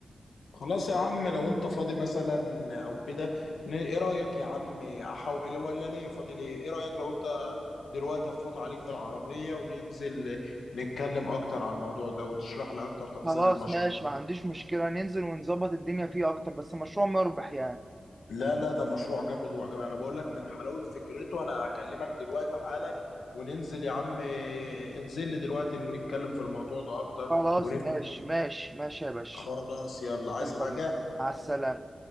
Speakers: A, on the left; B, on the right.
A: خلاص يا عم لو انت فاضي مثلا او كده ن- ايه رايك يا عم احاول ولا ليه فاضي ليه ايه رايك لو انت دلوقتي افوت عليك بالعربيه وننزل نتكلم اكتر عن الموضوع ده وتشرح لي اكتر تفاصيل
B: خلاص
A: المشروع
B: ماشي ما عنديش مشكله ننزل ونظبط الدنيا فيه اكتر بس مشروع مربح يعني
A: لا لا ده مشروع جامد وعجبني انا بقول لك من حلاوة فكرته انا هكلمك دلوقتي حالا وننزل يا عم انزل لي دلوقتي نتكلم في الموضوع ده اكتر
B: خلاص
A: ونفهم
B: ماشي ماشي ماشي يا باشا
A: خلاص يلا عايز
B: يلا
A: حاجة
B: بينا مع السلامه